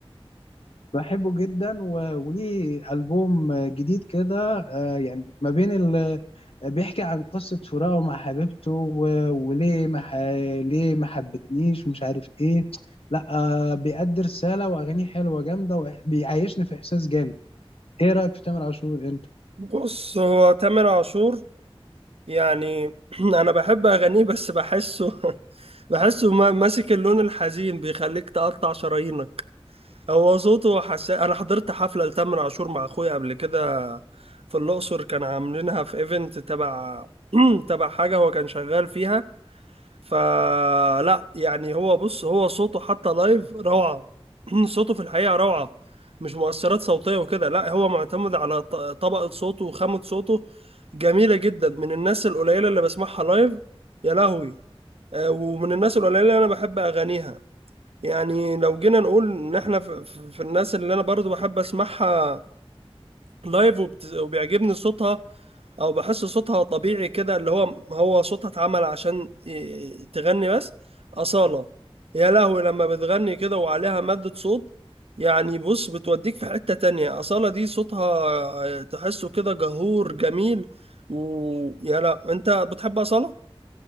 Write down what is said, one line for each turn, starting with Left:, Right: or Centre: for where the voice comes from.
Left: بحبه جدا و- وليه البوم جديد كده آه، يعني ما بين ال... بيحكي عن قصة فراقه مع حبيبته و... وليه ما ح... ليه ما حبتنيش ومش عارف ايه لا آه، بيأدي رسالة واغانيه حلوة جامدة وبيعيشني في احساس جامد ايه رأيك في تامر عاشور انت
Right: بص هو تامر عاشور يعني <clears throat> انا بحب اغانيه بس بحسه <laughs> بحسه ما- ماسك اللون الحزين بيخليك تقطع شرايينك هو صوته حساس انا حضرت حفلة لتامر عاشور مع اخويا قبل كده في الاقصر كان عاملينها في ايفنت تبع <clears throat> تبع حاجة هو كان شغال فيها فلا يعني هو بص هو صوته حتى لايف روعة <clears throat> صوته في الحقيقة روعة مش مؤثرات صوتية وكده لا هو معتمد على ط- طبقة صوته وخامة صوته جميلة جدا من الناس القليلة اللي بسمعها لايف يا لهوي آه، ومن الناس القليلة اللي أنا بحب أغانيها يعني لو جينا نقول إن إحنا في, في في الناس اللي أنا برضو بحب أسمعها لايف وبت- وبيعجبني صوتها او بحس صوتها طبيعي كده اللي هو هو صوتها اتعمل عشان ي- تغني بس أصالة يا لهوي لما بتغني كده وعليها مادة صوت يعني بص بتوديك في حتة تانية أصالة دي صوتها تحسه كده جهور جميل ويا لا انت بتحب أصالة؟